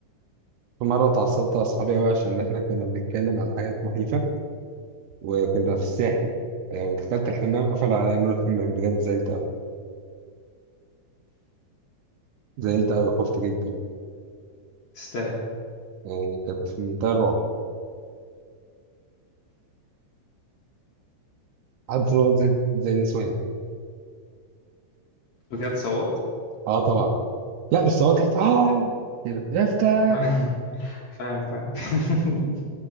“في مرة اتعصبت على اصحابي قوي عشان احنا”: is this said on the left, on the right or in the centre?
Right